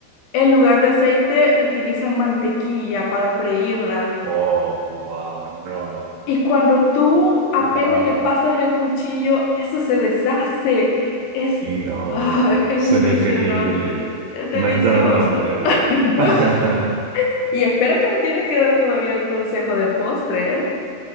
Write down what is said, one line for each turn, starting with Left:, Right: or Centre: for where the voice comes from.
Left: en lugar de aceite utilizan mantequilla para freírla.
Right: Oh, wow, no.
Left: Y cuando tú apenas
Right: Wow,
Left: le pasas el cuchillo, eso se deshace. Es,
Right: no,
Left: ah,
Right: no.
Left: es
Right: Suena
Left: impresionante,
Right: increíble.
Left: es delicioso.
Right: Me está dando hambre ahora.
Left: <laughs>
Right: <laughs>
Left: Y espera que me tienes que dar todavía el consejo del postre, ¿eh?